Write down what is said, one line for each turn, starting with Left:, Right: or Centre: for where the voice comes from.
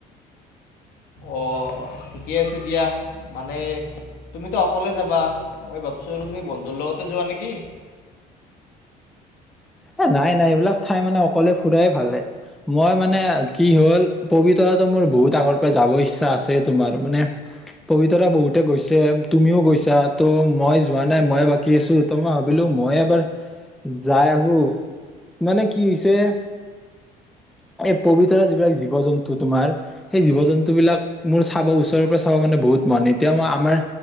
Left: অ ঠিকে আছে দিয়া মানে তুমিতো অকলে যাবা মই ভাবছো আৰু তুমি বন্ধুৰ লগতে যোৱা নেকি
Centre: এ নাই নাই এইবিলাক ঠাই মানে অকলে ফুৰাই ভালে মই মানে কি হল পবিতৰাটো মোৰ বহুত আগৰ পৰা যাব ইচ্ছা আছে তোমাৰ মানে পবিতৰা বহুতে গৈছে তুমিও গৈছা ত' মই যোৱা নাই মই বাকী আছো ত মই ভাবিলো মই এবাৰ যাই আহো মানে কি হৈছে এই পবিত্ৰ যিবিলাক জীৱ জন্তু তোমাৰ সেই জীৱ জন্তু বিিলাক মোৰ চাব ওচৰৰ পৰা চাব মানে বহুত মন এতিয়া মই আমাৰ